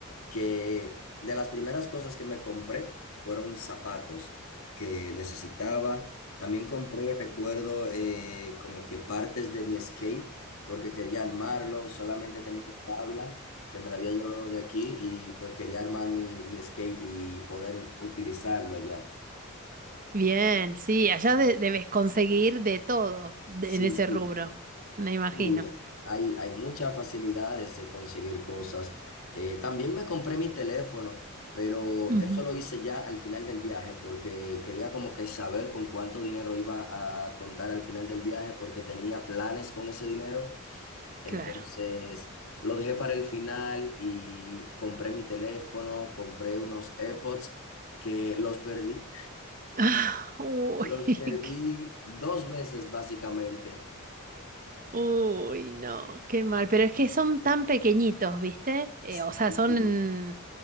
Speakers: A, on the left; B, on the right.
A: que de las primeras cosas que me compré fueron zapatos que necesitaba. También compré, recuerdo, eh, como que partes de mi skate, porque quería armarlo, solamente tenía una tabla que me la había llevado de aquí y pues quería armar mi, mi skate y poder utilizarlo allá.
B: Bien, sí, allá de- debes conseguir de todo de-
A: Sí,
B: en ese
A: sí.
B: rubro, me imagino.
A: Y hay, hay muchas facilidades de conseguir cosas. Eh, también me compré mi teléfono, pero
B: Ujú,
A: eso lo hice ya al final del viaje porque quería como que saber con cuánto dinero iba a contar al final del viaje porque tenía planes con ese dinero. Entonces
B: Claro.
A: lo dejé para el final y compré mi teléfono, compré unos AirPods que los perdí.
B: Ah, uy,
A: Los
B: <laughs>
A: perdí
B: qué-
A: dos veces básicamente.
B: uy, no, qué mal. Pero es que son tan pequeñitos, ¿viste? Eh,
A: Sí,
B: o sea, son...
A: sí.